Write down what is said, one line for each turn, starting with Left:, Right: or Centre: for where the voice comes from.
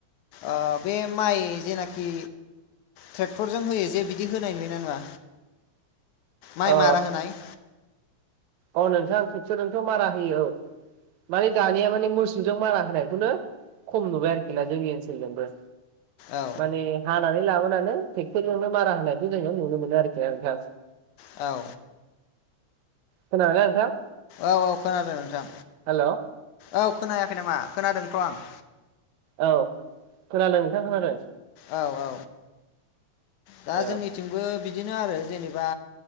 Left: अ बे माइ जेनाखि ट्रेक्टरजों होयो जे बिदि होनाय नुयोना नुवा? माइ
Right: अ
Left: मारा होनाय।
Right: अ नोंथां ट्रेक्टर जोंथ' मारा होयो औ माने दानिया माने मोसौजों मारा होनायखौनो खम नुबाय आरोखि ना जोंनि ओनसोलजोंबो
Left: औ
Right: माने हानानै लाबोना नो ट्रेक्टर जोंनो मारा होनायखौ जों नुनो मोनो आरोखिना नोंथां।
Left: औ
Right: खोनादों ना नोंथां?
Left: औ औ खोनादों नोंथां
Right: हेल' औ
Left: औ खोनायाखै नामा खोनादोंथ' आं।
Right: औ खोनादों नोंथां खोनादों।
Left: औ औ दा
Right: औ
Left: जोंनिथिंबो बि बिदिनो आरो जेनेबा